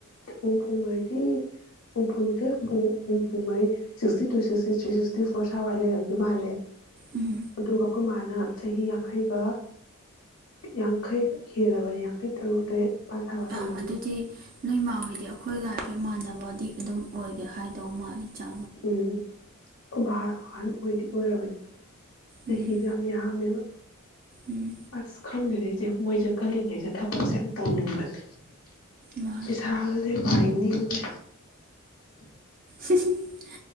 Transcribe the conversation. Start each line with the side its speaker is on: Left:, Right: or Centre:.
Left: ꯍꯨꯝꯐꯨ ꯃꯔꯤ ꯍꯨꯝꯐꯨꯅꯤꯊꯣꯏ ꯍꯨꯝꯐꯨ ꯍꯨꯝꯐꯨ ꯃꯔꯤ sixty two sixty three sixty four ꯁꯋꯥꯏ ꯂꯩꯔꯝꯗꯧ ꯃꯥꯜꯂꯦ
Right: ꯎꯝ
Left: ꯑꯗꯨꯒ ꯑꯈꯣꯏ ꯃꯥ ꯅ ꯆꯍꯤ ꯌꯥꯡꯈꯩꯒ ꯌꯥꯡꯈꯩ ꯍꯦꯜꯂꯕꯅꯤ ꯌꯥꯡꯈꯩ ꯇꯔꯨꯛ ꯇꯔꯦꯠ ꯅꯤꯄꯥꯜ ꯁꯋꯥꯏ ꯑꯣꯏꯔꯝꯅꯤ
Right: ꯑ ꯑꯗꯨꯗꯤ ꯅꯣꯏ ꯃꯥ ꯍꯣꯏꯗꯤ ꯑꯩꯈꯣꯏꯒ ꯍꯥꯏꯐꯦꯠ ꯃꯥꯟꯅꯕꯗꯤ ꯑꯗꯨꯝ ꯑꯣꯏꯒꯦ ꯍꯥꯏꯗꯧ ꯃꯥꯜꯂꯤ ꯆꯥ
Left: ꯎꯝ ꯈꯨꯕꯥ ꯑꯍꯜ ꯑꯣꯏꯗꯤ ꯑꯣꯏꯔꯕꯅꯤ ꯆꯍꯤꯗꯣ
Right: ꯎꯝ
Left: ꯌꯥꯝ ꯌꯥꯝꯃꯦꯕ
Right: ꯎꯝ
Left: ꯑꯁ ꯈꯪꯗꯦꯗ ꯏꯆꯦ ꯃꯣꯏꯁꯦ ꯀꯜꯂꯤꯉꯩꯁꯦ ꯊꯕꯛꯁꯦ ꯌꯥꯝ ꯇꯧꯅꯤꯡꯕꯅꯦ
Right: ꯃꯥ
Left: ꯄꯩꯁꯥꯒꯁꯦ ꯄꯥꯏꯅꯤꯡꯉꯦ
Right: <unintelligible>